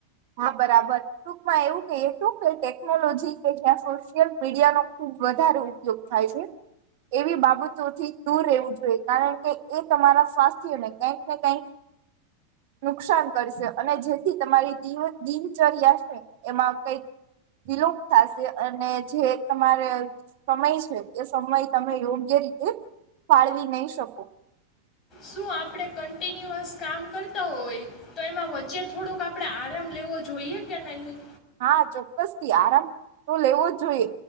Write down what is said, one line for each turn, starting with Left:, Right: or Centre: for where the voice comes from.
Right: હા બરાબર ટૂંકમાં એવું કે? શું? કે ટેકનોલોજી કે જ્યાં સોશિયલ મીડિયાનોો ખુબ વધારે ઉપયોગ થાય છે. એવી, બાબતો થી દૂર રહેવું જોઈએ. કારણ કે, એ તમારા સ્વાસ્થ્યને કંક ને કંક નુકસાન કરશે અને જેથી તમારી. દ દિનચર્યા છે એમાં કઈક વિલોપત થશે અને જે, તમારે સમય છે એ સમય તમે યોગ્ય રીતે ફાળવી નહી શકો.
Left: શું આપણે કન્ટિન્યુઅસ કામ કરતા હોય તો એમાં વચ્ચે થોડોક આપણે આરામ લેવો જોઈએ? કે નહીં.
Right: હા, ચોક્કસથી આરામ તો લેવો જ જોઈએ.